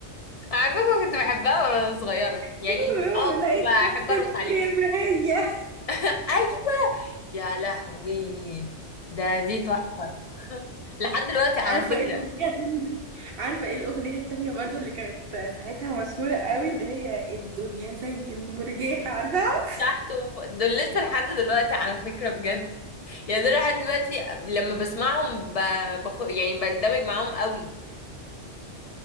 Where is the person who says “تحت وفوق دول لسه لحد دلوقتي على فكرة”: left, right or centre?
Left